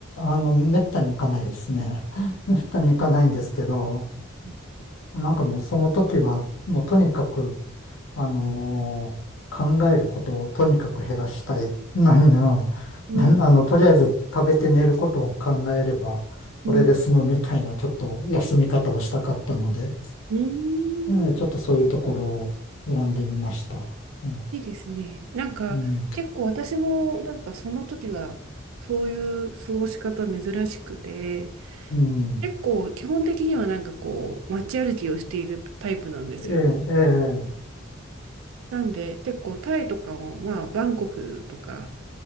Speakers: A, on the left (about 75°); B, on the right (about 80°).
A: の、めったに行かないですね。<laughs> めったに行かないんですけど、
B: ん。
A: なんかもうその時は、もうとにかく、あのー考えることをとにかく減らしたい。何や、
B: う
A: なあの、とりあえず食べて寝ることを考えれば、それで済むみたいな、
B: ん。
A: ちょっと休み方をしたかったので、
B: うん。
A: えーちょっとそういうところを選んでみました。うん。
B: いいですね。なんか結構私もなんかその時はそういう過ごし方珍しくて、
A: うん。うん
B: 結構基本的にはなんかこう街歩きをしているタイプなんですよ。
A: ええ、え
B: なんで結構タイとかもまあバンコクとか